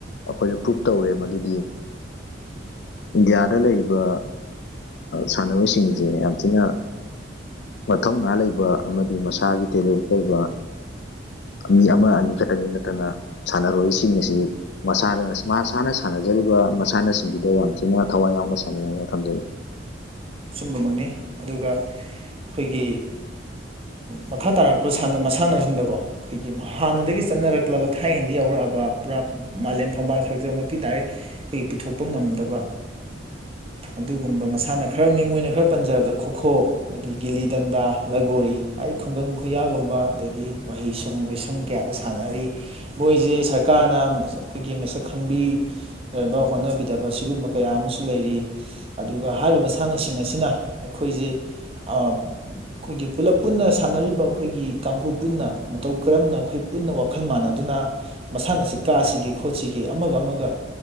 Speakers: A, on the left; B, on the right.
A: ꯑꯩꯈꯣꯏꯅ ꯄ꯭ꯔꯨꯞ ꯇꯧꯋꯦ ꯃꯗꯨꯗꯤ ꯏꯟꯗꯤꯌꯥꯗ ꯂꯩꯔꯤꯕ ꯁꯥꯟꯅꯔꯣꯏ ꯁꯤꯡꯁꯦ ꯌꯥꯝ ꯊꯤꯅ ꯃꯊꯧꯅꯥ ꯂꯩꯕ ꯑꯃꯗꯤ ꯃꯁꯥꯒꯤ ꯇꯦꯂꯦꯟ ꯂꯩꯕ ꯃꯤ ꯑꯃ ꯑꯅꯤ ꯈꯛꯇꯪꯒꯤ ꯅꯠꯇꯅ ꯁꯥꯟꯅꯔꯣꯏꯁꯤꯡ ꯁꯤ ꯃꯁꯥꯅ ꯃꯁꯥꯅ ꯁꯥꯟꯅꯖꯔꯤꯕ ꯃꯁꯥꯟꯅꯁꯤꯡꯗꯨꯗ ꯌꯥꯝ ꯊꯤꯅ ꯊꯋꯥꯏ ꯌꯥꯎꯅ ꯁꯥꯟꯅꯩ ꯍꯥꯏꯅ ꯊꯝꯖꯒꯦ
B: ꯕꯃꯛꯅꯤ ꯑꯗꯨꯒ ꯑꯩꯈꯣꯏꯒꯤ ꯃꯈꯥ ꯇꯥꯔꯛꯄ ꯃꯁꯥꯟꯅꯁꯤꯡꯗꯀꯣ ꯑꯩꯈꯣꯏꯒꯤ ꯍꯥꯟꯅꯗꯒꯤ ꯆꯠꯅꯔꯛꯂꯕ ꯊꯥꯏꯅꯗꯒꯤ ꯌꯥꯎꯔꯛꯂꯕ ꯄꯨꯔꯥ ꯃꯥꯂꯦꯝ ꯐꯝꯕꯥꯜ ꯊꯛꯇ ꯃꯛꯇꯤ ꯗꯥꯏꯔꯦꯛ ꯑꯩꯈꯣꯏꯒꯤ ꯄꯨꯊꯣꯛꯄ ꯉꯝꯗꯕ ꯑꯗꯨꯒꯨꯝꯕ ꯃꯁꯥꯟꯅ ꯈꯔ ꯃꯤꯡ ꯑꯣꯏꯅ ꯈꯔ ꯄꯟꯖꯔꯕꯗ ꯈꯣꯈꯣ ꯗꯒꯤ ꯒꯤꯂꯤ ꯗꯟꯗꯥ ꯂꯒꯣꯔꯤ ꯍꯥꯏ ꯈꯨꯡꯒꯪ ꯈꯨꯌꯥꯒꯨꯝꯕ ꯑꯗꯒꯤ ꯃꯍꯩꯁꯪ ꯂꯣꯏꯁꯪ ꯀꯌꯥꯗ ꯁꯥꯟꯅꯔꯤ ꯃꯣꯏꯁꯦ ꯁꯔꯀꯥꯔꯅ ꯑꯩꯈꯣꯏꯒꯤ ꯃꯁꯛ ꯈꯪꯕꯤꯅꯕ ꯍꯣꯠꯅꯕꯤꯗꯕ ꯁꯤꯒꯨꯝꯕ ꯀꯌꯥ ꯑꯃꯁꯨ ꯂꯩꯔꯤ ꯑꯗꯨꯒ ꯍꯥꯏꯔꯤꯕ ꯃꯁ ꯃꯁꯥꯟꯅꯁꯤꯡ ꯑꯁꯤꯅ ꯑꯩꯈꯣꯏꯁꯤ ꯑꯩꯈꯣꯏꯒꯤ ꯄꯨꯂꯞ ꯄꯨꯟꯅ ꯁꯥꯟꯅꯔꯤꯕ ꯑꯩꯈꯣꯏꯒꯤ ꯀꯥꯡꯕꯨ ꯄꯨꯟꯅ ꯃꯇꯧ ꯀꯔꯝꯅ ꯑꯩꯈꯣꯏ ꯄꯨꯟꯅ ꯋꯥꯈꯜ ꯃꯥꯟꯅꯗꯨꯅ ꯃꯁꯥꯟꯅ ꯑꯁꯤ ꯀꯥꯁꯤꯒꯦ ꯈꯣꯠꯁꯤꯒꯦ ꯑꯃꯒ ꯑꯃꯒ